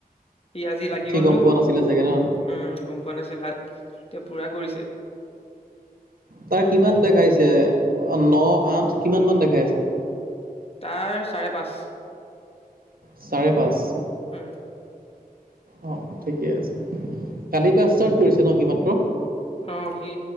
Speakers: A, on the left; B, on the right.
A: ই আজি লাগি
B: সি
A: গ'লটো।
B: গম পোৱা নাছিলে চাগে ন
A: উম, গম পোৱা নাছিল <unintelligible> এতিয়া পুৰা কৰিছে।
B: তাৰ কিমান দেখাইছে ন আঠ কিমান মান দেখাই আছে?
A: তাৰ চাৰে পাঁচ।
B: চাৰে পাঁচ।
A: উম।
B: অ, ঠিকেই আছে। কালিৰ পৰা ষ্টাৰ্ট কৰিছে ন সি মাত্ৰ
A: আহ, সি